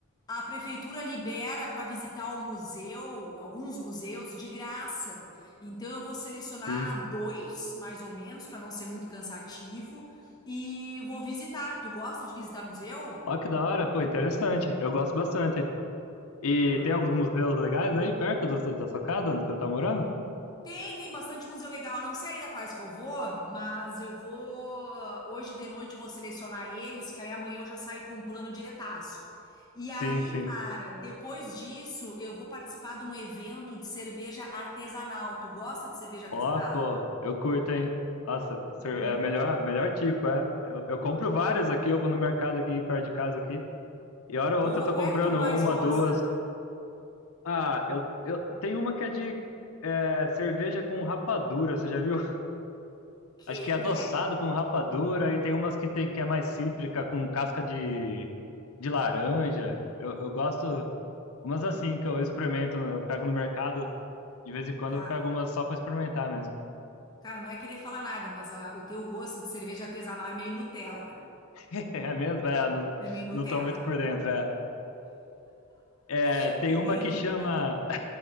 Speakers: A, on the left; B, on the left.
A: a prefeitura libera para visitar o museu, alguns museus de graça. Então, eu vou selecionar
B: Sim.
A: dois, mais ou menos, para não ser muito cansativo, e vou visitar. Tu gosta de visitar museu?
B: Ó, que da hora, pô, interessante. Eu gosto bastante.
A: Boa.
B: E tem alguns museus legais aí perto da sua, da sua casa, onde você tá morando?
A: Tem, tem bastante museu legal. Eu não sei ainda quais que eu vou, mas eu vou. Hoje de noite eu vou selecionar eles, que aí amanhã eu já saio com um plano diretaço. E
B: Sim,
A: aí,
B: sim.
A: cara, depois disso eu vou participar de um evento de cerveja artesanal. Tu gosta de cerveja artesanal?
B: Ó, pô, eu curto, hein? Nossa,
A: Boa.
B: sur- é melhor, melhor tipo, é. Eu, eu compro várias aqui, eu vou no mercado aqui perto de casa aqui, e hora
A: Boa.
B: ou outra eu tô
A: Qual
B: comprando
A: é a que tu mais
B: uma,
A: gosta?
B: duas. Ah, eu, eu tem uma que é de é, cerveja com rapadura, você já viu? <laughs>
A: Que,
B: Acho que é adoçado
A: velho,
B: com rapadura, e tem umas que tem que é mais cítrica, com casca de, de laranja. Eu, eu gosto umas assim que eu experimento, eu pego no mercado, de vez em quando
A: cara,
B: eu pego umas só pra experimentar mesmo.
A: cara, não é querer falar nada, mas a- o teu gosto de cerveja artesanal é meio Nutella, velho.
B: É mesmo? É, não,
A: É meio Nutella,
B: não tô muito por
A: velho.
B: dentro. É. É,
A: <laughs>
B: tem uma que chama.